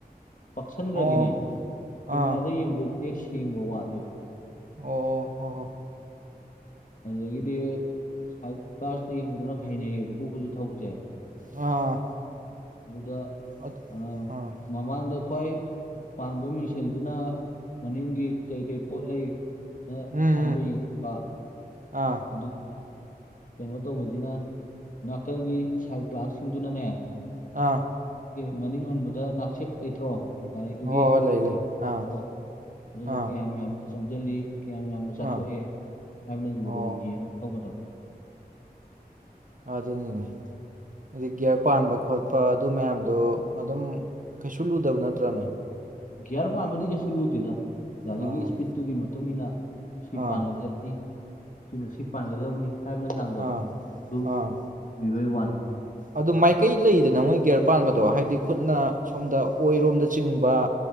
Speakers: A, on the left; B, on the right.
A: ꯄꯛꯁꯟꯒ꯭ꯔꯗꯤꯅꯦ
B: ꯑꯣ
A: ꯀꯦꯃꯦꯔꯥꯗ
B: ꯑꯥ
A: ꯌꯦꯕꯖꯦ ꯃꯌꯦꯛ ꯁꯦꯡꯕ ꯋꯥꯠꯂꯦꯕ
B: ꯑꯣ ꯍꯣ ꯍꯣ
A: ꯑꯗꯨꯗꯒꯤꯗꯤ ꯁꯥꯏꯠ ꯒ꯭ꯂꯥꯁꯇ ꯌꯦꯡꯕꯗꯨꯅ ꯍꯩꯅꯩꯑꯕꯀꯣ ꯑꯩꯈꯣꯏꯖꯨ ꯊꯧꯕꯖꯦ
B: ꯑꯥ
A: ꯑꯗꯨꯗ
B: ꯑꯗꯨ
A: ꯑ
B: ꯑꯥ
A: ꯃꯃꯥꯡꯗ ꯈ꯭ꯋꯥꯏ ꯄꯥꯟꯕ ꯃꯤꯡꯁꯦꯜꯗꯨꯅ ꯃꯅꯤꯡꯒꯤ ꯀꯩ ꯀꯩ ꯄꯣꯠ ꯂꯩ ꯅ
B: ꯎꯝ
A: ꯍꯥꯏꯕꯗꯣ
B: ꯎꯝ
A: ꯌꯦꯡꯊꯣꯛꯄ
B: ꯑꯥ
A: ꯑꯗꯨꯒ ꯀꯩꯅꯣ ꯇꯧꯕꯖꯤꯅ ꯅꯥꯀꯜꯒꯤ ꯁꯥꯏꯠ ꯒ꯭ꯂꯥꯁ ꯁꯤꯡꯗꯨꯅꯅꯦ
B: ꯑꯥ
A: <unintelligible> ꯃꯅꯤꯡ ꯍꯟꯕꯗ ꯅꯥꯛꯆꯦꯛ ꯂꯩꯇ꯭ꯔꯣ ꯒꯥꯔꯤꯗꯨꯒꯤ
B: ꯍꯣꯏ
A: <unintelligible>
B: ꯍꯣꯏ ꯂꯩ ꯂꯩ ꯑꯥ
A: ꯑꯗꯨꯗꯣ
B: ꯑꯥ
A: ꯀꯌꯥꯝ ꯌꯥꯝꯅ ꯆꯪꯖꯜꯂꯤ ꯀꯌꯥꯝ ꯌꯥꯝꯅ ꯆꯠꯊꯣꯛꯑꯦ
B: ꯑꯥ
A: ꯍꯥꯏꯕꯅꯆꯤꯡꯕꯗꯣ
B: ꯑꯣ
A: ꯌꯦꯡꯉ ꯊꯧꯒꯗꯕ
B: ꯑꯗꯨꯅꯤꯅꯦ ꯑꯗꯩ ꯒ꯭ꯌꯔ ꯄꯥꯟꯕ ꯈꯣꯠꯄ ꯑꯗꯨ ꯃꯌꯥꯝꯗꯣ ꯑꯗꯨꯝ ꯀꯩꯁꯨ ꯂꯨꯗꯕ ꯅꯠꯇ꯭ꯔꯅꯦ
A: ꯒ꯭ꯌꯔ ꯄꯥꯟꯕꯗꯤ ꯀꯩꯁꯨ ꯂꯨꯗꯦꯗ ꯒꯥꯔꯤꯒꯤ
B: ꯑꯥ
A: ꯁ꯭ꯄꯤꯠꯇꯨꯒꯤ ꯃꯇꯨꯡ ꯏꯟꯅ ꯁꯤ
B: ꯑꯥ
A: ꯄꯥꯟꯒꯗ ꯅꯤ ꯁꯤꯅ ꯁꯤ ꯄꯥꯟꯒꯗꯕꯅꯤ ꯍꯥꯏꯕꯅ ꯆꯥꯡꯗꯣ
B: ꯑꯥ
A: ꯑꯗꯨ
B: ꯑꯥ
A: ꯇꯧꯕꯤꯕꯒꯤ ꯋꯥꯅꯤ
B: ꯑꯗꯨ ꯃꯥꯏꯀꯩ ꯂꯩꯗꯅ ꯃꯣꯏ ꯒ꯭ꯌꯔ ꯄꯥꯟꯕꯗꯣ ꯍꯥꯏꯗꯤ ꯈꯨꯠꯅ ꯁꯣꯝꯗ ꯑꯣꯏꯔꯣꯝꯗ ꯆꯤꯡꯕ